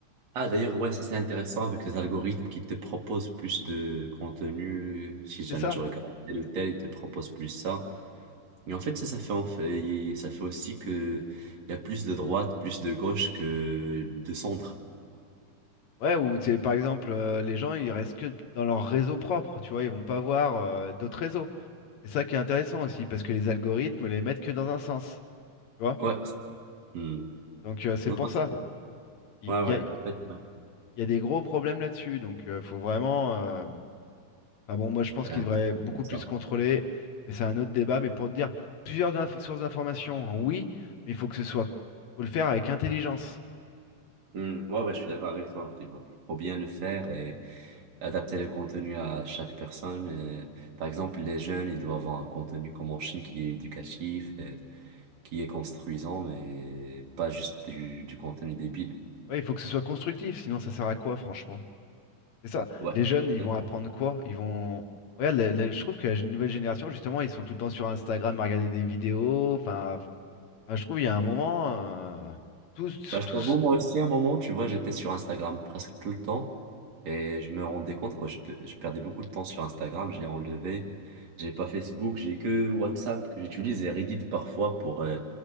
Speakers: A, on the right (about 60°); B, on the left (about 70°).
A: Ah, d'ailleurs, ouais, ça, c'est intéressant avec les algorithmes qui te proposent plus de contenu. Si jamais
B: C'est ça.
A: tu regardes tel ou tel, ils te proposent plus ça. Mais en fait, ça, ça fait, en fait, ça fait aussi que il y a plus de droite, plus de gauche que de centre.
B: Ouais, ou c'est par exemple, euh, les gens, ils restent que dans leur réseau propre, tu vois, ils vont pas voir euh, d'autres réseaux. C'est ça qui est intéressant aussi, parce que les algorithmes les mettent que dans un sens, tu vois.
A: Ouais. Hmm.
B: Donc euh, c'est
A: Non,
B: pour
A: non, c'est-
B: ça. Il
A: ouais,
B: il
A: ouais,
B: y a, il
A: en fait, ouais.
B: y a des gros problèmes là-dessus, donc euh, faut vraiment... euh, Ah bon, moi je pense
A: Ouais,
B: qu'il
A: un
B: devrait
A: truc
B: beaucoup
A: comme
B: plus
A: ça.
B: se contrôler, mais c'est un autre débat. Mais pour te dire, plusieurs inf- sources d'informations, oui, mais il faut que ce soit, faut le faire avec intelligence.
A: Hmm. Ouais, ouais, je suis d'accord avec toi. Il faut bien le faire et adapter le contenu à chaque personne. Euh, Par exemple, les jeunes, ils doivent avoir un contenu comme en Chine qui est éducatif, euh, qui est construisant, mais pas juste du, du contenu débile.
B: Oui, il faut que ce soit constructif, sinon ça sert à quoi, franchement? C'est ça.
A: Ouais,
B: Les jeunes,
A: exactement.
B: ils vont apprendre quoi? Ils vont. Regarde, la- la- je trouve que la g- nouvelle génération, justement, ils sont tout le temps sur Instagram à regarder des vidéos. Enfin, f- enfin, je trouve il y a un moment, euh, tous,
A: Bah, je
B: tous.
A: t'avoue, moi aussi, à un moment, tu vois, j'étais sur Instagram presque tout le temps et je me rendais compte que je, pe- je perdais beaucoup de temps sur Instagram, je l'ai enlevé. J'ai pas Facebook, j'ai que WhatsApp que j'utilise et Reddit parfois pour euh,